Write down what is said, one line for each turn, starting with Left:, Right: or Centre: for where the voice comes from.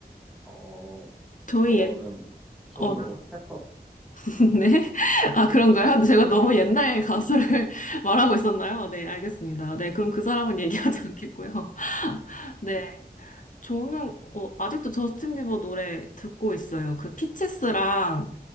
Centre: 어,
Left: 저희
Centre: 저는
Left: 옛,
Centre: 처음
Left: 어,
Centre: 들어봐서, <laughs>
Left: 네? <laughs> 아, 그런가요? 제가 너무 옛날
Centre: 네,
Left: 가수를 <laughs> 말하고 있었나요? 네, 알겠습니다. 네, 그럼 그 사람은 얘기하지
Centre: 아,
Left: 않겠고요. <laughs> 네, 저는 어, 아직도 저스틴 비버 노래 듣고 있어요. 그 피치스랑